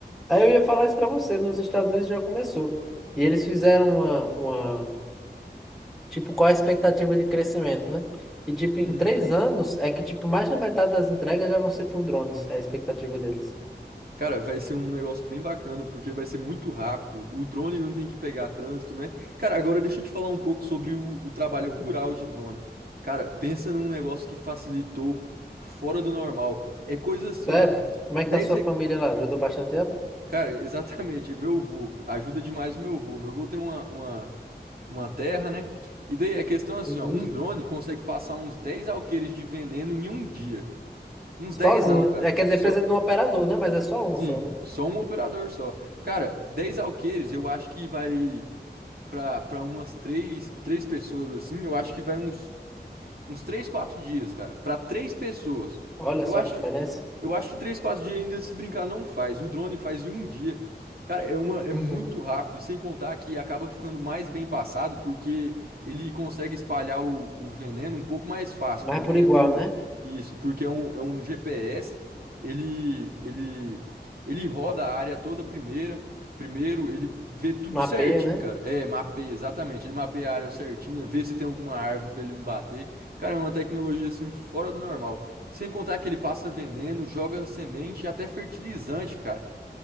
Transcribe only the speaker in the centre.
Aí eu ia falar isso para você, nos Estados Unidos já começou. E eles fizeram uma, uma Tipo, qual a expectativa de crescimento, né? E, tipo, em
três anos, é que, tipo, mais da metade das entregas já vão ser por drones, é a expectativa deles.
Hum.
Sério?
Como é que
tá a sua
família lá? Ajudou bastante ela?
Uhum.
Sozinho.
É, quer dizer,
precisa de um operador, né? Mas é só um
só, né?
Olha
só
a diferença.
Uhum.
Mas
é por igual,
né?
Mapeia,
né?